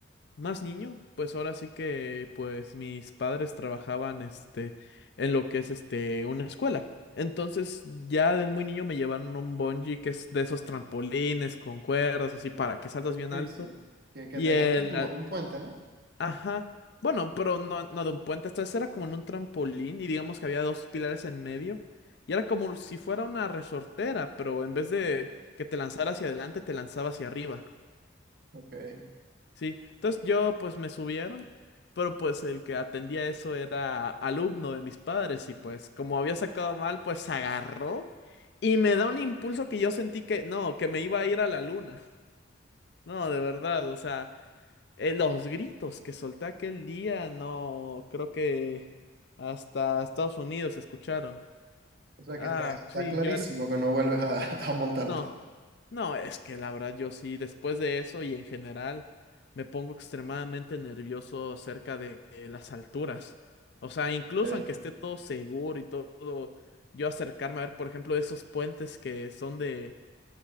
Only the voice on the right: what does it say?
Sí,
sí. Que, que
te
lanzan como de un puente, ¿no?
Ok.
O sea
que está, está
clarísimo
que no vuelves a, <laughs> a montarte.
Ok.